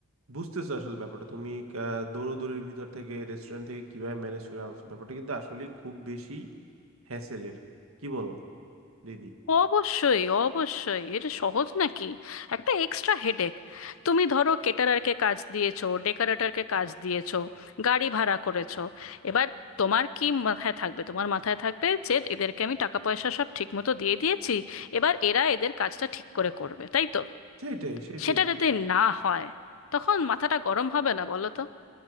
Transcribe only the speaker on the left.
অবশ্যই অবশ্যই এটা সহজ নাকি একটা এক্সট্রা হেডেক তুমি ধরো কেটারারকে কাজ দিয়েছো ডেকোরেটরকে কাজ দিয়েছো গাড়ি ভাড়া করেছো এবার তোমার কি মাথায় থাকবে তোমার মাথায় থাকবে যে এদেরকে আমি টাকা পয়সা সব ঠিক মতো দিয়ে দিয়েছি এবার এরা এদের কাজটা ঠিক করে করবে তাই তো
সেটা যদি না হয় তখন মাথাটা গরম হবে না বলো তো